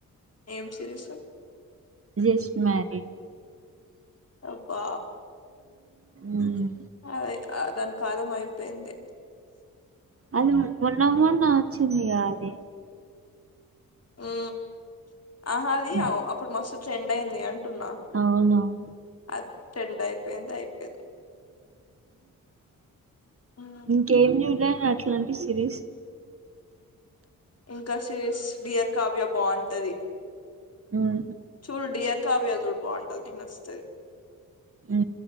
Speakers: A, on the left; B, on the right.
A: ఏం సిరీసు
B: జస్ట్ మ్యారిడ్
A: అబ్బా
B: మ్
A: అదే అ దాని కాలం అయిపోయింది
B: అది మొన్న మొన్న వచ్చిందిగా అది
A: ఊ అహాది
B: ఉమ్,
A: అ అప్పుడు మస్తు ట్రెండ్ అయింది అవి టున్న
B: అవునవును
A: అద్ టెండ్ అయిపోయింది అయిపోయిన్ ఉమ్.
B: ఇంకేం జూడ్లే న అట్లాంటి సిరీస్
A: ఇంకా సిరీస్ డియర్ కావ్య బాగుంటది
B: ఊహు
A: చూడు డియర్ కావ్య జూడు బాగుంటది నీకు నచ్తది
B: ఊ